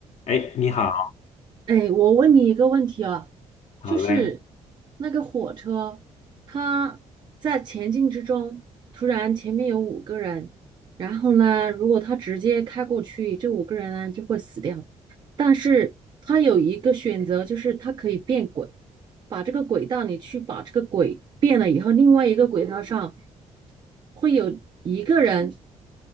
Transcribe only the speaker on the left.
哎，你好，
好嘞。